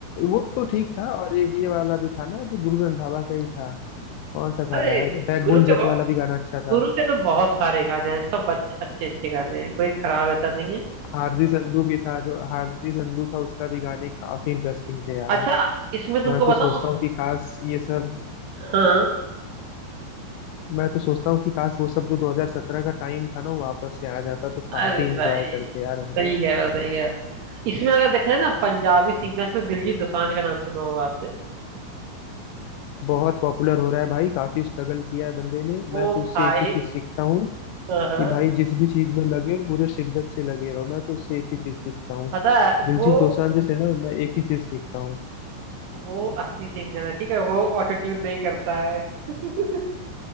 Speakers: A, on the left; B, on the right.
A: वो तो ठीक था और एक ये वाला भी था ना जो गुरु रंधावा का ही था कौन सा था
B: अरे
A: यार बैकबोन
B: गुरु के
A: जट
B: बहु-
A: वाला भी गाना अच्छा था।
B: गुरु के तो बहुत सारे गाने हैं सब अच्छे अच्छे अच्छे गाने हैं कोई खराब ऐसा नहीं है
A: हार्दी संधू भी था जो हार्दी संधू था उसका भी गाने काफी इंटरेस्टिंग थे यार
B: अच्छा इसमें तुमको
A: मैं तो
B: बताऊं
A: सोचता हूँ कि काश ये सब
B: हाँ
A: मैं तो सोचता हूँ कि काश वो सब जो 2017 का टाइम था ना वो वापस से आ जाता तो काफी
B: अरे
A: इंजॉय
B: भाई
A: करते यार हम लोग
B: सही कह रहे हो सही कह रहे हो इसमें अगर देखा जाए ना पंजाबी सिंगर्स में दिलजीत दोसांझ का नाम सुना होगा आपने
A: बहुत पॉपुलर हो रहा है भाई काफी स्ट्रगल किया है बंदे ने
B: वो
A: मैं तो उससे
B: भाई
A: एक ही चीज सीखता हूँ
B: हाँ हाँ
A: कि भाई जिस भी चीज में लगे हो पूरे शिद्दत से लगे रहो मैं तो उससे एक ही चीज सीखता हूँ
B: पता है
A: दिलजीत
B: वो
A: दोसांझ से ना मैं एक ही चीज सीखता हूँ
B: वो असली सिंगर है ठीक है वो ऑटो ट्यून नहीं करता है <laughs>